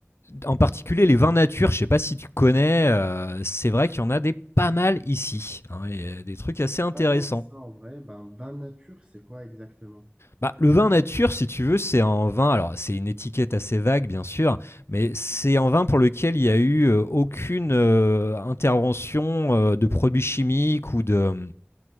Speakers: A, on the left; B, on the right.
A: en particulier les vins nature, je ne sais pas si tu connais, euh, c'est vrai qu'il y en a des pas mal ici, hein, et, euh, des trucs assez intéressants.
B: Pas tant que ça en vrai, ben, vin nature, c'est quoi exactement?
A: Bah, le vin nature, si tu veux, c'est un vin, alors c'est une étiquette assez vague bien sûr, mais c'est un vin pour lequel il n'y a eu euh, aucune euh, intervention euh, de produits chimiques ou de